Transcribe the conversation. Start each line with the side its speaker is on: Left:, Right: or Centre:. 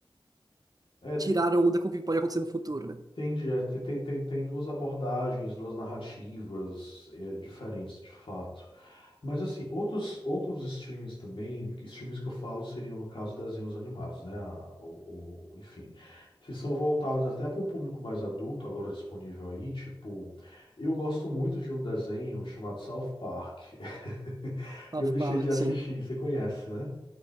Left: É, tem,
Right: tirar
Left: tem,
Right: onda com o que pode acontecer no futuro, né?
Left: entendi, é, tem, tem, tem tem duas abordagens, duas narrativas, é, diferentes, de fato. Mas assim, outros, outros streams também, que streams que eu falo seriam no caso desenhos animados, né? a- O, o- enfim, que são voltados até para um público mais adulto, agora disponível aí. Tipo, eu gosto muito de um desenho chamado South Park. <laughs>
Right: South
Left: Eu deixei
Right: Park,
Left: de assistir,
Right: sim.
Left: você conhece, né?